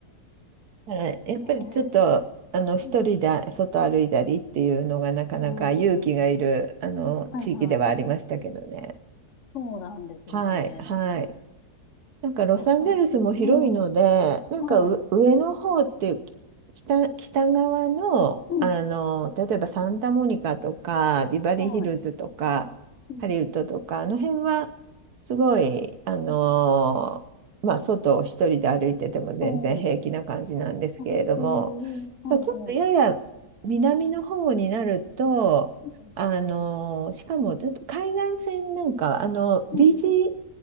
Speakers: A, on the right; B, on the left.
A: <laughs> だからやっぱりちょっと、
B: はいは
A: あの、一人で外歩いたりっていうのがなかなか勇気がいる、
B: い。うん。<laughs> えー、うん。うん
A: あの、
B: はいはい。
A: 地域ではありましたけどね。
B: そうなんですね。
A: はい、はい。なんかロサンゼルスも広いので、
B: 予算。うん。
A: なんかう上の方っていうき北、
B: はい。
A: 北側の、
B: うん。
A: あの、例えばサンタモニカとか、ビバリーヒルズとか、
B: はい。うん。
A: ハリウッドとか、あの辺は、すごい、あのまあ、外を一人で歩いてても全然平気な感じなんですけれども、
B: おーあ、えー、はいはい。
A: まあ、ちょっとやや南の方になると、
B: うん。
A: あのしかもちょっと海岸線なんかあのビーチ
B: うんうん。